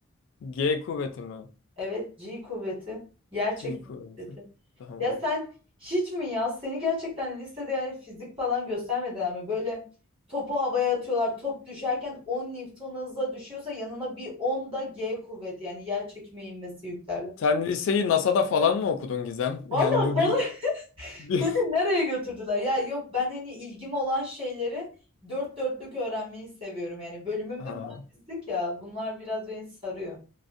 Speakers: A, on the left (about 60°); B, on the right (about 25°).
A: G kuvveti mi?
B: Evet, G kuvveti. Yer
A: G
B: çekimi
A: kuvveti.
B: kuvveti.
A: Tamam.
B: Ya sen hiç mi ya? Seni gerçekten lisede yani fizik falan göstermediler mi? Böyle topu havaya atıyorlar. Top düşerken 10 Newton hızla düşüyorsa yanına bir 10 da G kuvveti yani yer çekimi inmesi yüklerle.
A: Sen liseyi NASA'da falan mı okudun Gizem? <laughs>
B: Vallahi
A: Yani bu
B: bana
A: bir...
B: <laughs>
A: bir-
B: beni nereye götürdüler? Ya yok ben hani ilgim olan şeyleri dört dörtlük öğrenmeyi seviyorum. Yani bölümüm
A: <laughs>
B: de
A: Ha.
B: mühendislik ya. Bunlar biraz beni sarıyor.